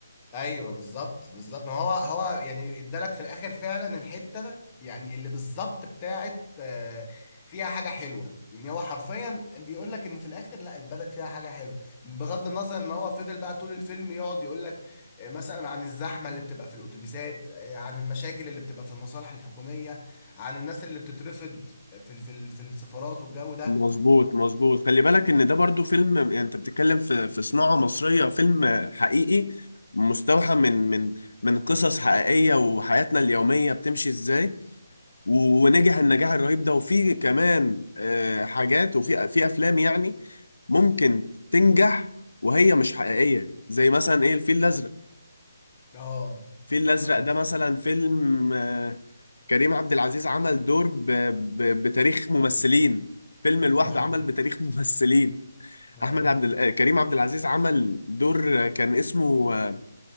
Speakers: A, on the left; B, on the left.
A: ايوه بالظبط بالظبط ما هو هو يعني ادالك في الاخر فعلا الحته يعني اللي بالظبط بتاعت آه، فيها حاجه حلوه يعني هو حرفيا بيقول لك ان في الاخر لا البلد فيها حاجه حلوه بغض النظر ان هو فضل بقى طول الفيلم يقعد يقول لك آه، مثلا عن الزحمه اللي بتبقى في الاتوبيسات آه، عن المشاكل اللي بتبقى في المصالح الحكوميه عن الناس اللي بتترفض في ال- في ال- في السفارات والجو ده
B: مظبوط مظبوط خلي بالك ان ده برضو فيلم يعني انت بتتكلم في في صناعة مصرية فيلم حقيقي مستوحى من من من قصص حقيقية وحياتنا اليومية بتمشي ازاي و- ونجح النجاح الرهيب ده وفي كمان آه، حاجات وفي في افلام يعني ممكن تنجح وهي مش حقيقية زي مثلا ايه الفيل الازرق
A: اه
B: الفيل الازرق
A: اه
B: ده مثلا فيلم آه، كريم عبد العزيز عمل دور ب- ب- بتاريخ ممثلين فيلم لوحده
A: ده حقيقي
B: عمل بتاريخ <laughs> ممثلين
A: <laughs> ده حقيقي
B: احمد عبد ال... آه، كريم عبد العزيز عمل دور آه، كان اسمه آه،